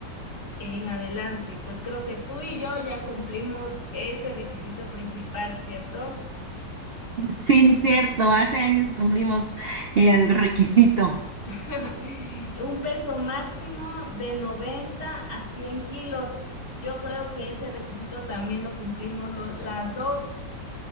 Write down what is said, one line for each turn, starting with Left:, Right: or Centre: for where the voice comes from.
Left: en adelante y pues creo que tú y yo ya cumplimos ese requisito principal, ¿cierto?
Right: Sí, cierto, hace años cumplimos el requisito.
Left: <laughs> Un peso máximo de 90 a 100 kilos. Yo creo que ese requisito también lo cumplimos lo- las dos.